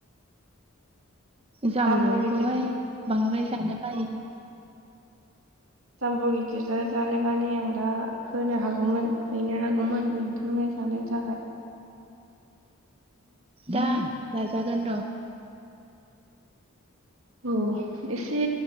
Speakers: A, on the right; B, on the right.
A: जाम्बुखौहाय
B: जाम्बु गिदिर
A: बांद्राय जानो बायो
B: जामबु गिदिरजों जानोबा नै आं दा होनो हागौमोन हैनो हागौमोन नोंथांनो जानो थाखाय
A: दा जाजागोन र'
B: औ एसे